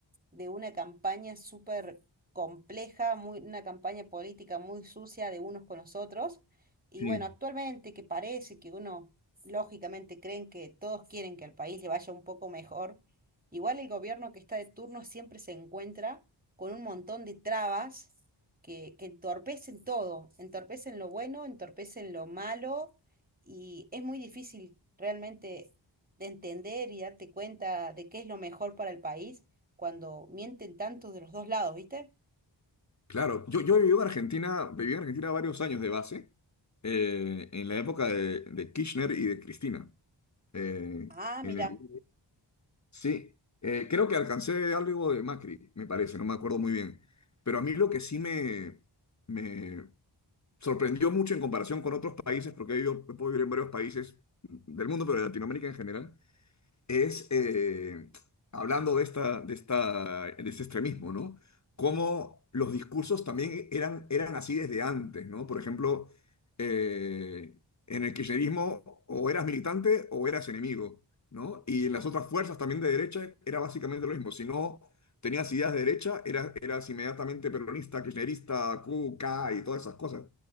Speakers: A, on the right; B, on the left.
A: de una campaña súper compleja, muy, una campaña política muy sucia de unos con los otros. Y
B: Sí.
A: bueno, actualmente que parece que uno, lógicamente, creen que todos quieren que al país le vaya un poco mejor, igual el gobierno que está de turno siempre se encuentra con un montón de trabas que, que entorpecen todo, entorpecen lo bueno, entorpecen lo malo, y es muy difícil realmente de entender y darte cuenta de qué es lo mejor para el país cuando mienten tanto de los dos lados, ¿viste?
B: Claro, yo, yo viví en Argentina, viví en Argentina varios años de base, eh, en la época de, de Kirchner y de Cristina. eh,
A: Ah,
B: en
A: mira.
B: el- sí, eh, creo que alcancé algo de Macri, me parece, no me acuerdo muy bien. Pero a mí lo que sí me, me sorprendió mucho en comparación con otros países, porque he vivido, he podido vivir en varios países del mundo, pero de Latinoamérica en general, es, eh, hablando de esta, de esta, de este extremismo, ¿no? Cómo los discursos también eran, eran así desde antes, ¿no? Por ejemplo, eh, en el kirchnerismo o eras militante o eras enemigo, ¿no? Y en las otras fuerzas también de derecha era básicamente lo mismo. Si no tenías ideas de derecha, eras, eras inmediatamente peronista, kirchnerista, Q, K y todas esas cosas.